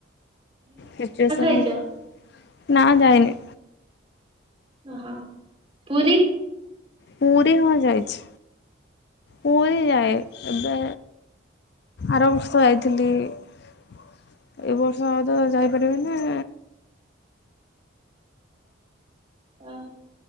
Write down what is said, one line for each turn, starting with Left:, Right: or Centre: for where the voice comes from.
Left: ସିଚୁଏସନ୍
Right: ଆଇଛ?
Left: କୁ ନା ଯାଇନି।
Right: ଓ ହୋ। ପୁରୀ
Left: ପୁରୀ ହଁ ଯାଇଛି। ପୁରୀ ଯାଏ। ଏବେ ଆର ବର୍ଷ ଯାଇଥିଲି। ଏ ବର୍ଷ ଆଉ ତ ଯାଇପାରିବିନି।
Right: <unintelligible>